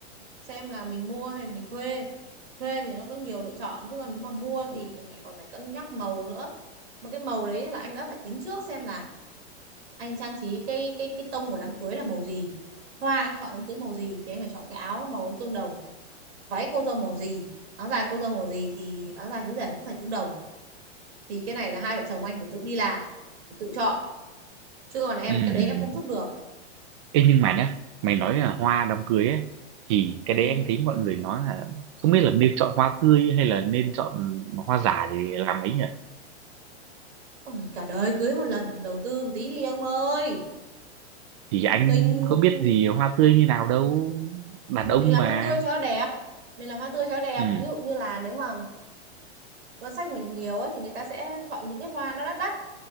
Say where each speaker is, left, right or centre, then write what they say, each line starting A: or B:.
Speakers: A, on the right (about 75°); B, on the right (about 30°).
A: xem là mình mua hay mình thuê thuê thì nó có nhiều lựa chọn chứ còn nếu mà mua thì mình lại còn phải cân nhắc màu nữa mà cái màu đấy là anh đã phải tính trước xem là anh trang trí cái cái cái tông của đám cưới là màu gì hoa anh chọn đám cưới màu gì thì anh phải chọn cái áo màu tương đồng váy cô dâu màu gì áo dài cô dâu màu gì thì áo dài chú rể cũng phải tương đồng thì cái này là hai vợ chồng anh phải tự đi làm phải tự chọn chứ còn em
B: ừ
A: cái đấy
B: Ừ.
A: em không giúp được
B: Ê, nhưng mà nhá mày nói là hoa đám cưới ấy thì
A: ừ.
B: cái đấy anh thấy mọi người nói là không biết là nên chọn hoa tươi hay là nên chọn hoa giả để làm ấy nhỉ
A: Ôi, cả đời cưới một lần đầu tư một tí đi ông ơi
B: thì anh
A: mình
B: có biết gì hoa tươi như nào đâu đàn ông
A: mình làm
B: mà
A: hoa tươi cho nó đẹp mình làm hoa tươi cho nó đẹp
B: ừ
A: ví dụ như là nếu mà ngân sách mình nhiều ấy thì người ta sẽ chọn những cái hoa nó đắt đắt